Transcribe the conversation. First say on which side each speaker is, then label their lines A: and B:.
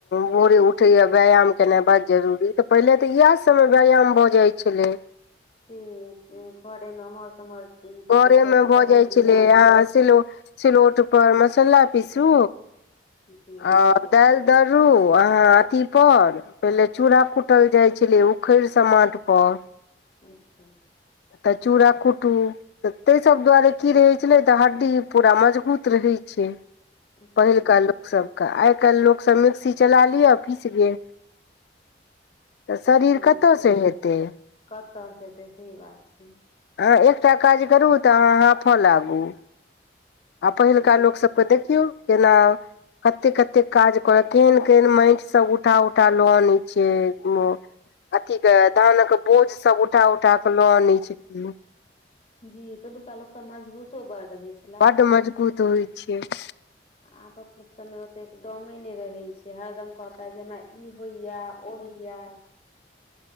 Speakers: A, on the left; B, on the left.
A: भोरे उठैए व्यायाम केनाइ बड जरूरी तऽ पहिले तऽ इएह सभमे व्यायाम भऽ जाइ छलै
B: जी घरे मे एम्हर स उम्हर दू
A: घरे
B: बेर चारि
A: मे
B: बेर
A: भऽ
B: टहैल
A: जाइ
B: लिअ
A: छलै अहाँ सिलौ सिलौटपर मसला पीसु
B: जी सही
A: आ
B: गप
A: दालि दररू अहाँ अथी पर पहिले चूड़ा कुटल जाइ छलै उखड़ि समाठ पर
B: अच्छा
A: तऽ चूरा कुटू तऽ तई सभ दुआरे की रहै छलै तऽ हड्डी पूरा मजबूत रहै छै।
B: सही
A: पहिलका
B: बात
A: लोकसभके आइ काल्हि लोकसभ मिक्सी चला लिअ पीस गेल तऽ शरीर
B: जी
A: कतयसँ हेतै
B: कतस हेतै सही बात छै।
A: अहाँ एकटा काज करू तऽ अहाँ हांफऽ लागू आ पहिलका
B: जी
A: लोकसभकेँ देखियौ केना कते कते काज करत केहन केहन माटि सब उठा उठा लऽ आनै छै ओ अथी के धान के बोझ सब उठा उठा क लऽ आनै छथिन
B: जी पहिलुका लोक सब मजबूतो बड रहे छै
A: बड्ड मजगूत होइ छियै-
B: आबक लोकसभा में ओ तेक दमे नहि रहै छै हरदम कहता जे हमरा ई होइया ओ होइया